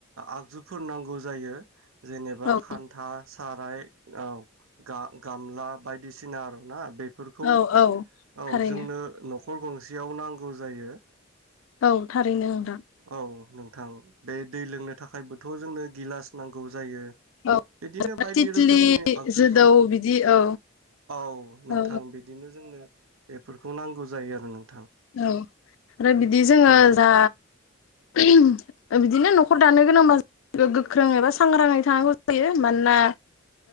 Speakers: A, on the right; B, on the left.
A: आगजुफोर नांगौ जायो। जे <inaudible> खान्था
B: औ
A: साराय औ। गा-गामला बायदिसिना आर ना बे फोरखौ
B: औ औ
A: औ
B: थारैनो
A: जोंनो न'ख खर गंसेयाव नांगौ जायो।
B: औ थारैनो नोंथां
A: औ नों गोथां बे दै लोंनो थाखायबोथ' जोंनो गिलास नांगौ जायो।
B: औ
A: बिदिनो बायदि
B: तितलि
A: रोखोमनि आगजुफोर
B: जोदौ बिदि औ
A: औ नोंथां
B: औ
A: बिदिनो जोंनो बेफोरखौ नांगौ जायो आरो नों
B: औ आरो बिदि जोङो
A: नोंथां
B: दा बिदिनो न खर दानो गोनांबा गोख्रों एबा सांग्राङै थानांगौ जायो मानोना